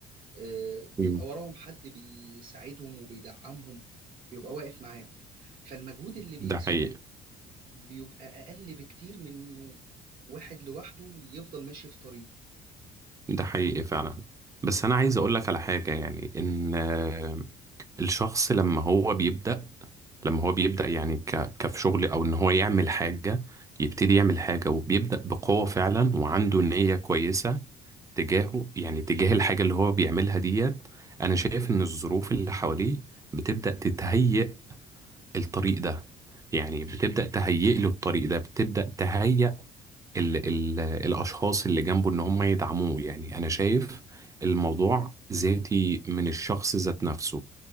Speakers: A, on the right; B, on the right.
A: آه،
B: مم.
A: بيبقى وراهم حد بيساعدهم وبيدعمهم بيبقى واقف معاهم فالمجهود اللي بيبذلوه
B: ده حقيقي
A: بيبقى أقل بكتير من إنه واحد لوحده يفضل ماشي في طريقه
B: ده حقيقي فعلا بس أنا عايز أقولك على حاجة يعني إن آه، الشخص لما هو بيبدأ لما هو بيبدأ يعني ك... كفي شغل أو إن هو يعمل حاجة يبتدي يعمل حاجة وبيبدأ بقوة فعلا وعنده نية كويسة تجاهه يعني تجاه الحاجة اللي هو بيعملها ديت أنا شايف إن الظروف اللي حواليه بتبدأ تتهيئ الطريق ده يعني بتبدأ تهيئ له الطريق ده بتبدأ تهيئ ال ال الأشخاص اللي جنبه إن هم يدعموه يعني أنا شايف الموضوع ذاتي من الشخص ذات نفسه